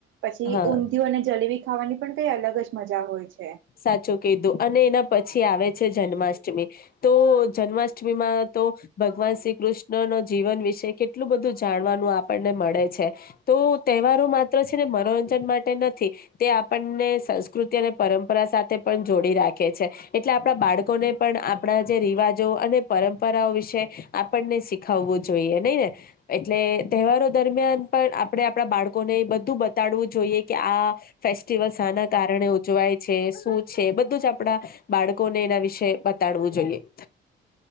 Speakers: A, on the right; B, on the left.
A: પછી
B: હા
A: ઊંધિું અને જલેબી ખાવાની પણ કઈ અલગ જ મજા હોય છે.
B: સાચું કીધું અને એના પછી આવે છે જન્માષ્ટમી તો જન્માષ્ટમી માં તો ભગવાન શ્રી કૃષ્ણ ન જીવન વિશે કેટલું બધું જાણવાનું આપણને મળે છે તો તહેવારો માત્ર છે ને મનોરંજન માટેના તે આપણને સંસ્કૃતિ અને પરંરા રા સાથે પણ જોડી રાખે છે. એટલે આપણા બાળકોને પણ આપણા જે રિવાજો અને પરંપરા રા વિશે આપણે આપીખું જોઈએ નય ને એટલે તહેવારો દરમિયાન પણ આપ આપણે આપડા બાળકોને એ બધું બતાડવું જોઈએ કે આ ફેસ્ટિવલ શાના કારણે ઉજવાય છે શું છે બધું જ આપણા બાળકોને એના વિશે બતાડવું જોઈએ. <inaudible>